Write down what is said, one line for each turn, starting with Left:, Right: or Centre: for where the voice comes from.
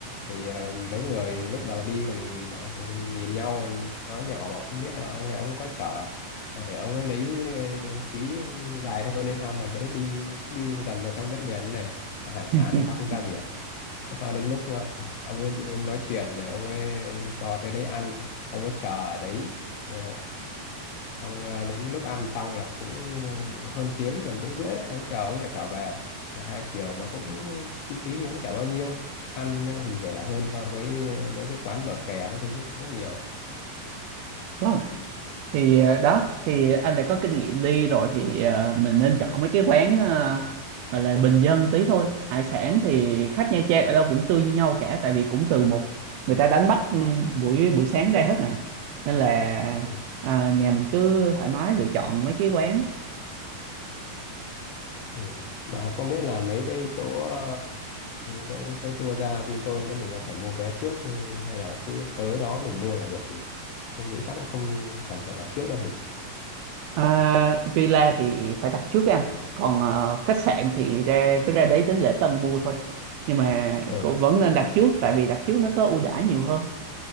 Left: thì à, mấy người lúc đầu đi còn bảo, nhìn nhau nói nhỏ mà không biết là ông này ông có chở mà để ông ấy lấy ờ, phí dài hơn hay sao mà đấy đi đi dần vào trong đất liền này Mà hải sản
Right: <laughs>
Left: thì sao không ra biển sau đến lúc ờ, ông ấy ông nói chuyện rồi ông ấy cho tới đấy ăn ông ấy chờ ở đấy Ờ, xong ờ, đến lúc ăn xong là cũng hơn tiếng gần tiếng rưỡi đấy ông chờ ông lại trở về là hai chiều mà cũng chi phí thì cũng chả bao nhiêu ăn thì rẻ hơn so với ờ, mấy cái quán bờ kè các thứ rất nhiều
Right: vâng ạ thì ờ, đó thì anh phải có kinh nghiệm đi rồi thì ờ, mình nên chọn mấy cái quán ờ, gọi là bình dân tí thôi hải sản thì khách Nha Trang ở đâu cũng tươi như nhau cả tại vì cũng từ một người ta đánh bắt ừ, buổi buổi sáng ra hết mà nên là
Left: ừ.
Right: à, nhà mình cứ thoải mái lựa chọn mấy cái quán
Left: Ừ. mà không biết là mấy cái chỗ ờ, cái, cái, cái tour ra Vinpearl đấy mình có phải mua vé trước ừ, hay là cứ tới đó mình mua là được nhỉ anh nghĩ chắc cũng không cần phải đặt trước đâu nhỉ
Right: à, villa thì phải đặt trước anh còn ờ, khách sạn thì ra cứ ra đấy đến lễ tân mua thôi nhưng mà
Left: ừ.
Right: cũng vẫn nên đặt trước tại vì đặt trước nó có ưu đãi nhiều hơn